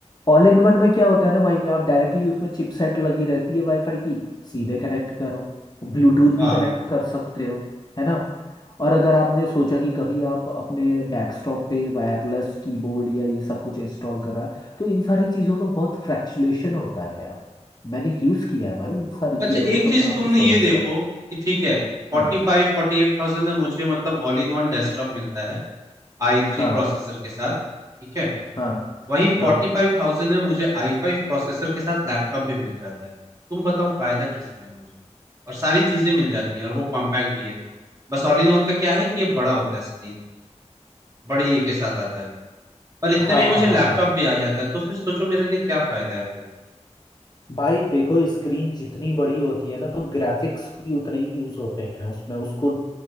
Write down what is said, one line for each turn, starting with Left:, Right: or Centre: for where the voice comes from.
Left: ऑल इन वन में क्या होता है ना भाई आप डायरेक्टली उसमें चिपसेट लगी रहती है वाईफाई की सीधे कनेक्ट करो ब्लूटूथ भी
Right: हाँ
Left: कनेक्ट कर सकते हो है ना और अगर आपने सोचा कि कभी आप अपने डेस्कटॉप पे वायरलेस कीबोर्ड या ये सब कुछ इंस्टॉल करा है, तो इन सारी चीज़ों में बहुत फ्रैक्चुलेशन होता है यार मैंने यूज़ किया है भाई इन सारी
Right: अच्छा
Left: चीज़ों को
Right: एक
Left: तब
Right: चीज
Left: मैं आपको
Right: तुमने
Left: सजेस्ट
Right: ये देखो
Left: कर
Right: कि ठीक है forty
Left: हाँ
Right: five forty eight thousand में मुझे मतलब ऑल इन वन डेस्कटॉप मिलता है आई थ्री
Left: हाँ
Right: प्रोसेसर के साथ ठीक है
Left: हाँ
Right: वहीं फोर्टी
Left: हाँ
Right: फाइव थाउजेंड में मुझे आई फाइव प्रोसेसर के साथ लैपटॉप भी मिल जाता है तुम बताओ फायदा किस में है मुझे और सारी चीजें मिल जाती हैं और वो कॉम्पैक्ट भी है बस ऑल इन वन का क्या है कि ये बड़ा होता है स्क्रीन बड़े ये के साथ आता है पर इतने
Left: हाँ
Right: में ही मुझे
Left: हाँ
Right: लैपटॉप
Left: हाँ हाँ
Right: भी आ जाता है तो फिर सोचो मेरे लिए क्या फायदा है फिर
Left: भाई देखो स्क्रीन जितनी बड़ी होती है ना तो ग्राफिक्स भी उतने ही यूज होते हैं उसमें उसको